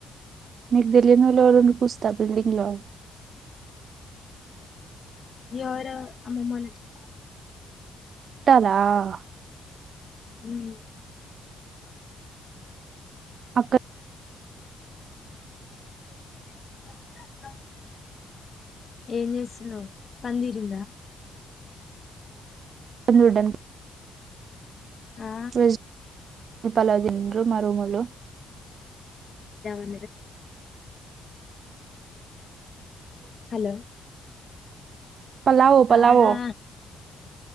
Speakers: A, on the right; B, on the left.
A: నీకు తెలీయనోళ్ళు ఎవరు ఇంటికొస్తారు బిల్డింగ్ లో
B: ఎర అమ్మమ్మోల చుట్ట.
A: చుట్టాల ‌.
B: హుమ్.
A: అక్క
B: <inaudible> ఏం చేస్తున్నావ్ పందిరిందా.
A: లోడెన్.
B: ఆ
A: వెజ్. పలవ తింటారు మా రూములు.
B: అదె. హలో.
A: పలావ పలావొ.
B: ఆహా